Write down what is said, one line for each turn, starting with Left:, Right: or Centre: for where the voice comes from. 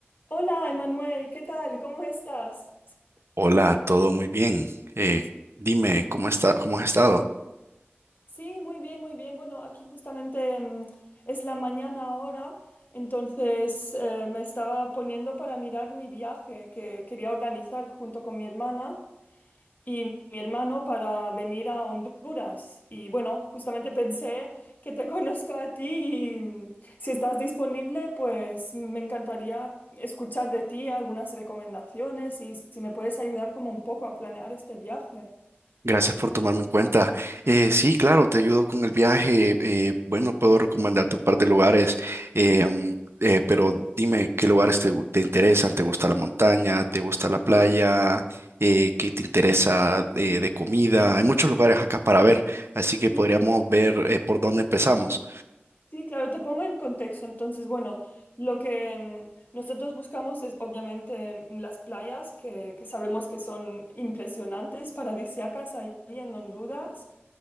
Left: Hola, Emanuel, ¿qué tal? ¿Cómo estás?
Right: Hola, todo muy bien. Eh, dime, ¿cómo está, cómo has estado?
Left: Sí, muy bien, muy bien. Bueno, aquí justamente mm, es la mañana ahora, entonces eh, me estaba poniendo para mirar mi viaje que quería organizar junto con mi hermana y mi hermano para venir a Honduras. Y bueno, justamente pensé que te <laughs> conozco a ti y mm, si estás disponible, pues me encantaría escuchar de ti algunas recomendaciones y si me puedes ayudar como un poco a planear este viaje.
Right: Gracias por tomarme en cuenta. Eh, sí, claro, te ayudo con el viaje. eh, bueno, puedo recomendarte un par de lugares, eh, mm, eh, pero dime qué lugares te, gu- te interesan. ¿Te gusta la montaña? ¿Te gusta la playa? Eh, ¿qué te interesa de, de comida? Hay muchos lugares acá para ver, así que
Left: <laughs>
Right: podríamos ver eh, por dónde empezamos.
Left: Sí, claro, te pongo en contexto. Entonces, bueno, lo que mm, nosotros buscamos es obviamente mm, las playas que, que sabemos que son impresionantes, paradisíacas, ahí en Honduras.